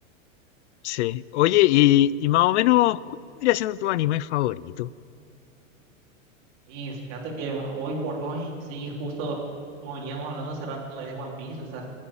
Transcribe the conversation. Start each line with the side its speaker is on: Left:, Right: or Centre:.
Left: sí. Oye, y, y más o menos, ¿cuál vendría siendo tu anime favorito?
Right: Y fíjate que hoy por hoy, sí, justo como veníamos hablando hace rato de One Piece, o sea,